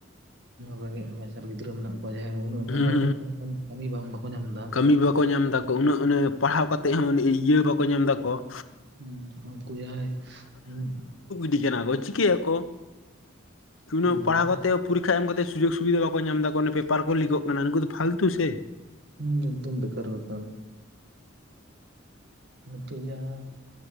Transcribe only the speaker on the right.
ᱨᱮᱸᱜᱮᱡ ᱱᱟᱪᱟᱨ ᱜᱤᱫᱽᱨᱟᱹ ᱢᱮᱱᱟᱜ ᱵᱚᱱᱟ ᱾ ᱡᱟᱦᱟᱭ ᱩᱱᱟᱹᱜ ᱢᱮᱦᱚᱛ
ᱠᱟᱛᱮᱜ ᱠᱟᱹᱢᱤ ᱵᱟᱝ ᱵᱟᱠᱚ ᱧᱟᱢ ᱮᱫᱟ ᱾
ᱦᱩᱸ ᱦᱟᱱᱠᱩ ᱡᱟᱦᱟᱸᱭ ᱦᱩᱸᱼᱼ
ᱮᱠᱫᱚᱢ
ᱦᱩᱸ ᱮᱠᱫᱚᱢ ᱵᱮᱠᱟᱨ ᱵᱮᱠᱟᱨ ᱱᱤᱛᱚᱜ ᱡᱟᱦᱟᱸ